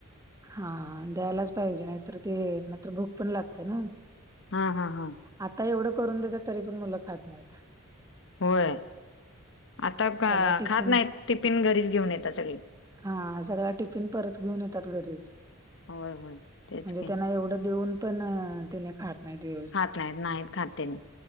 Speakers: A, on the right; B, on the left.
A: हा द्यायलाच पाहिजे नाहीतर ते नंतर भूक पण लागते ना.
B: हा हा हा
A: आता एवढं करून देतात तरी पण मुलं खात नाहीत.
B: होय आता
A: सगळा टिफिन
B: खात नाही टिफिन घरीच घेऊन येतात संगळी.
A: हा सगळां टिफिन परत घेऊन येतात घरीच.
B: होय होय. तेच
A: म्हणजे
B: की
A: त्यांना एवढं देऊन पण तिने खात- नाहीत व्यवस्थित.
B: खात नाहीत नाहीत खात तेन्ही